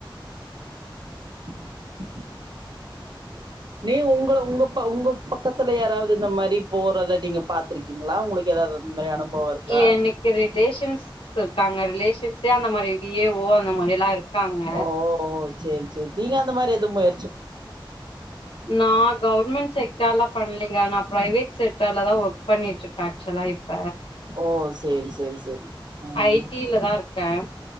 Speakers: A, on the right; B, on the left.
A: <inaudible> நீ உங்கள உங்க ப உங்க பக்கத் துல யாராவது இந்த மாரி போறத நீங்க பாத்துருக்கீங்களா உங்களுக்கு ஏதாவது அந்த மாரி அனுபவோ இருக்கா
B: எனக்கு ரிலேஷன்ஸ் இருக்காங்க ரிலேஷன் சேந்த மாரி வி ஏ ஓ அந்த மாரிலா இருக்காங்க
A: ஓ சேரி சேரி நீங்க அந்த மாரி எதுவும் போய்
B: நான் கவர்மெண்ட் செக்டர்லாம் பண்ணலிங்க நா பிரைவேட் செக்டர்ல தான் ஒர்க் பண்ணிட்டு இருக்கா ச்சலா இப்ப
A: ஓ சேரி சேரி சேரி ஆஹ்
B: ஐ டி ல தா இருக்கே